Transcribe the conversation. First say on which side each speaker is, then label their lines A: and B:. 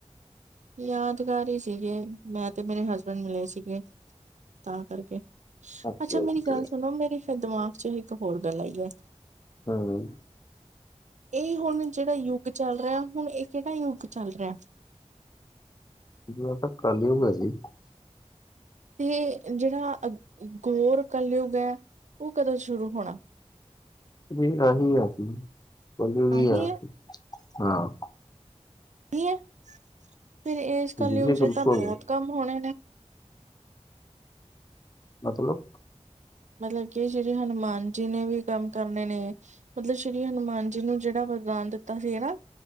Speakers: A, on the right; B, on the left.
A: ਯਾਦਗਾਰ ਹੀ ਸੀਗੇ, ਮੈਂ ਤੇ ਮੇਰੇ ਹਸਬੈਂਡ ਮਿਲੇ ਸੀਗੇ, ਤਾਂ ਕਰਕੇ
B: ਓਕੇ
A: ਅੱਛਾ ਮੇਰੀ
B: ਓਕੇ
A: ਗੱਲ ਸੁਣੋ, ਮੇਰੇ ਫੇਰ ਦਿਮਾਗ 'ਚ ਇੱਕ ਹੋਰ ਗੱਲ ਆਈ ਐ
B: ਹਾਂ
A: ਇਹ ਹੁਣ ਜੇੜਾ ਯੁੱਗ ਚੱਲ ਰਿਹਾ, ਹੁਣ ਇਹ ਕੇੜਾ ਯੁੱਗ ਚੱਲ ਰਿਹਾ
B: ਇਸ ਤੋਂ ਬਾਅਦ ਕੱਲਯੁਗ ਹੈ ਜੀ
A: ਤੇ ਜਿਹੜਾ ਘੋਰ ਕਲਯੁਗ ਐ, ਉਹ ਕਦੋਂ ਸ਼ੁਰੂ ਹੋਣਾ?
B: ਨਹੀ ਐਹੀ ਆ ਜੀ, ਪੰਦਰਵੀ
A: ਆਹੀ
B: ਆ
A: ਹੈ,
B: ਹਾਂ।
A: ਇਹੀ ਹੈ, ਫਿਰ ਇਸ ਕਲਯੁਗ
B: ਜੀ ਜੀ
A: 'ਚ
B: ਬਿਲਕੁਲ
A: ਤਾਂ ਬਹੁਤ ਕੰਮ ਹੋਣੇ ਨੇ?
B: ਮਤਲਬ?
A: ਮਤਲਬ ਕਿ ਸ਼੍ਰੀ ਹਨੂੰਮਾਨ ਜੀ ਨੇ ਵੀ ਕੰਮ ਕਰਨੇ ਨੇ। ਮਤਲਬ ਸ਼੍ਰੀ ਹਨੂੰਮਾਨ ਜੀ ਨੂੰ ਜੇੜਾ ਵਰਦਾਨ ਦਿੱਤਾ ਸੀ ਨਾ,